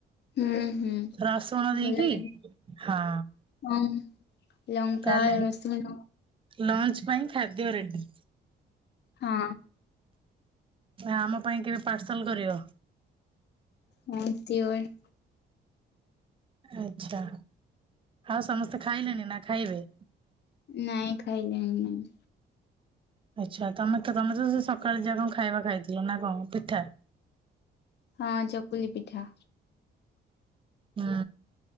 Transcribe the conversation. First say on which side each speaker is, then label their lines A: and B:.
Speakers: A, on the left; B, on the right.
A: ହୁଁ। ହୁଁ
B: ରସୁଣ ଦେଇକି
A: ଭଲ ଲାଗେ
B: ହଁ।
A: ହଁ ଲଙ୍କା
B: ତାହେଲେ
A: ରସୁନ।
B: ଲଞ୍ଚ ପାଇଁ ଖାଦ୍ୟ ରେଡି।
A: ହଁ।
B: ଆମ ପାଇଁ କେବେ ପାର୍ସଲ କରିବ?
A: ହଁ ତିୱର୍।
B: ଆଛା, ଆଉ ସମସ୍ତେ ଖାଇଲେଣି ନା ଖାଇବେ?
A: ନାଇଁ ଖାଇଲେଣି ନାଇଁ।
B: ଆଚ୍ଛା ତମେ ତ ତମେ ତ ସେ ସକାଳେ ଯା କଣ ଖାଇବା ଖାଇଥିଲ ନା କଣ ପିଠା?
A: ହଁ ଚକୁଲି ପିଠା।
B: ହୁଁ।